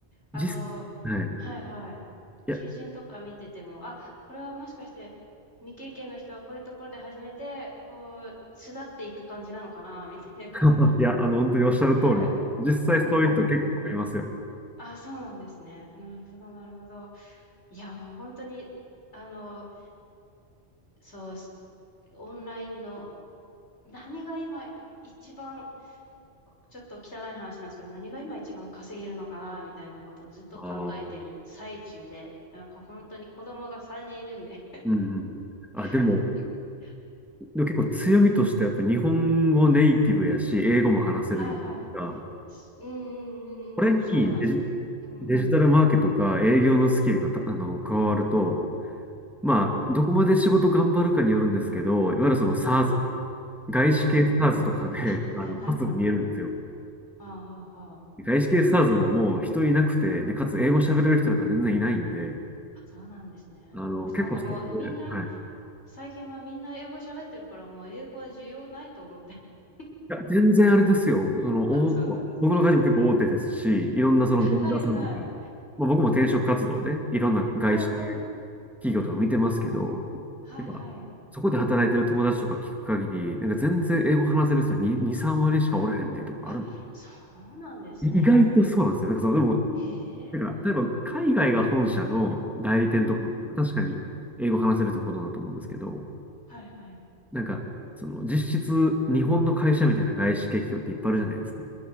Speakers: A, on the left; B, in the centre.
A: あの、
B: 実、はい。い
A: はいはい。求人とか見てても、
B: や、
A: あ、これはもしかして未経験の人はこういうところで始めて、こう、巣立っていく感じなのかな、みたいな。
B: <laughs> いや、あの、本当におっしゃる通りで、
A: はい。
B: 実際そういう人結構いますよ。
A: 広告、うん。あ、そうなんですね。なるほど、なるほど。いや、もう本当に、あの、そうす、オンラインの、何が今一番、ちょっと汚い話なんですけど、何が今一番稼げるのかな、みたいなことをずっと考えてる最中で、
B: あー
A: なんか本当に子供が3人いるんで
B: うん。あ、
A: <laughs>
B: でも、でも結構強みとしてやっぱ日本語ネイティブやし、英語も話せるじゃないですか。
A: はいはい。すうんうんうんうん、
B: これにデジ、
A: そうなんですよ。うん。
B: デジタルマーケとか営業のスキルがたあの、加わると、まあ、どこまで仕事頑張るかによるんですけど、いわゆるその
A: はい。
B: SaaS、外資系
A: うん。
B: SaaS とかで、
A: あ、はいはいはいはい。
B: あの、パスが見えるんですよ。
A: 出た。ああ、ああ、
B: 外資系 s a ズ s ももう人いなくて、で、かつ英語喋れる人なんか全然いないんで、
A: あ、そうなんですね。
B: あの、結構ストックで、
A: なんかもうみんな、
B: はい。い
A: 最近はみんな英語喋ってるから、もう英語は需要ないと思って。<laughs>
B: や、全然あれですよ。その、
A: あ、そうなんですね。
B: お、僕の会社も結構大手ですし、いろんなそのベンダーさんとか、
A: はいはい。
B: まあ、僕も転職活動でいろんな外資系
A: うんうん。
B: 企業とか見てますけど、
A: はいはい。
B: やっぱ、そこで働いてる友達とか聞く限り、なんか全然英語話せる人に2、3割しかおらへんでとかある。
A: あ、そうなんですね。
B: い意外とそうなんですよ。なんかその、でも、
A: へえ。
B: なんか、例えば海外が本社の代理店とか、
A: うんうん。
B: 確かに英語話せるところだと思うんですけど、
A: はいはい。
B: なんか、その実質日本の会社みたいな外資系企業っていっぱいあるじゃないですか。